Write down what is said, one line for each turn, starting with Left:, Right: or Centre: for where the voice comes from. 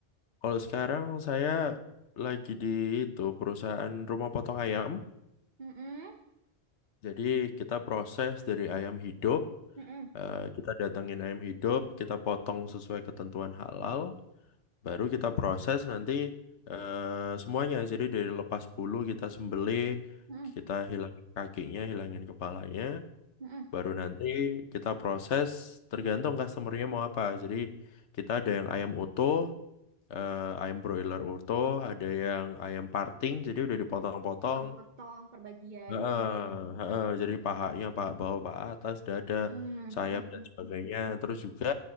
Left: Kalau sekarang saya lagi di itu perusahaan rumah potong ayam.
Right: Mm-mm,
Left: Jadi kita proses dari ayam hidup.
Right: mm-mm,
Left: Eh, kita datengin ayam hidup, kita potong sesuai ketentuan halal, baru kita proses nanti eh, semuanya. Jadi dari lepas bulu kita sembelih,
Right: mm-mm,
Left: kita hilangin kakinya, hilangin kepalanya,
Right: mm-mm.
Left: baru nanti kita proses tergantung customernya mau apa. Jadi kita ada yang ayam utuh, eh, ayam broiler utuh, ada yang ayam parting, jadi udah dipotong-potong,
Right: Potong-potong perbagian
Left: Heeh,
Right: gitu ya.
Left: heeh. Jadi pahanya pak bawah pak atas dada
Right: Hmm,
Left: sayap
Right: hmm. mm
Left: dan sebagainya terus juga